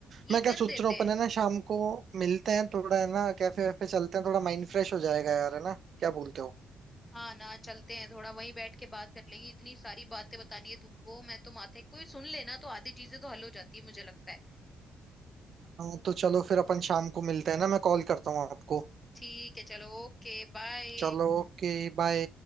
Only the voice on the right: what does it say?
मैं क्या
सोच
रहा हूँ अपन
है ना शाम को मिलते हैं थोड़ा है ना कैफे वैफे चलते हैं थोड़ा माइंड फ्रेश हो जाएगा यार है ना क्या बोलते हो
हाँ तो चलो फिर अपन शाम को मिलते हैं ना मैं कॉल करता हूँ आपको
चलो ओके बाय